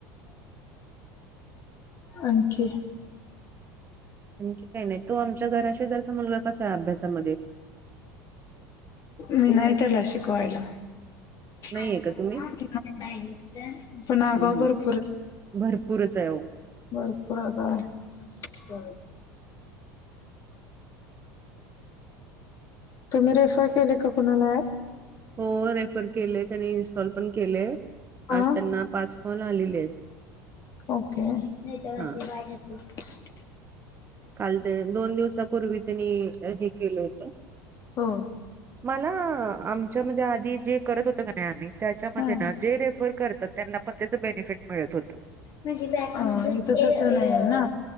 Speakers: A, on the left; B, on the right.
A: आणखी
B: आणखी काही नाही तो आमच्या घराशी जरचा मुलगा कसा आहे अभ्यासामध्ये
A: मी नाही त्याला शिकवायला
B: नाहीये
A: आला
B: का तुम्ही?
A: भनच <unintelligible> पण आगाऊ
B: हं
A: भरपूर
B: हं भरपूरच आहे ओ.
A: भरपूर काय <unintelligible> तुम्ही रेफर केले का कुणाला
B: हो रेफर केले त्यानी इन्स्टॉल पण केलेय.
A: हा
B: आज त्यांना पाच कॉल आलेले आहेत.
A: ओके. <inaudible> काय
B: हा
A: <unintelligible>
B: काल ते दोन दिवसापूर्वी त्यांनी हे केलं होत.
A: हो.
B: मला आमच्या मध्ये आधी जे करत होतं का नाही आम्ही त्याच्यामध्ये
A: हा अ
B: ना जे रेफर करतात त्यांना पण त्याच बेनिफिट मिळत होत.
A: <inaudible> हा हीत तस नाही आहे ना.